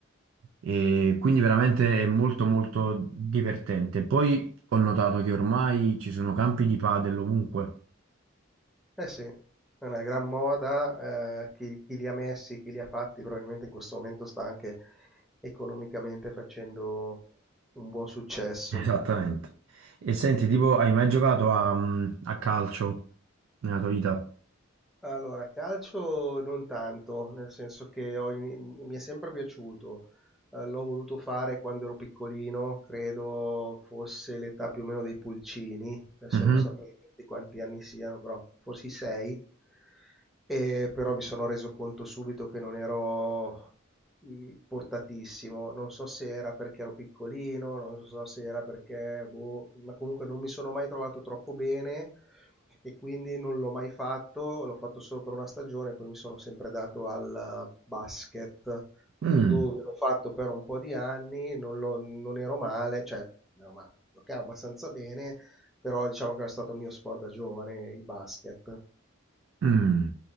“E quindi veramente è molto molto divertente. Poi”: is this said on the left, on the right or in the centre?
Right